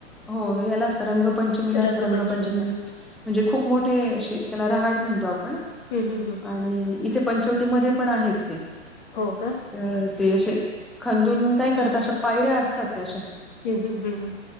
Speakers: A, in the centre; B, on the left (about 35°).
A: हो याला आस रंगपंचमीला अस
B: रंगपंचमीला
A: रंगपंचमी म्हणजे खूप मोठे असे त्याला रहाड म्हणतो आपण.
B: हम्म हम्म हम्म.
A: आणि इथे पंचवटीमध्ये पण आहेत ते.
B: हो का.
A: तर तेशे खंदून काय करतात अश्या पायऱ्या असतात त्या अश्या.
B: हम्म हम्म हम्म हम्म.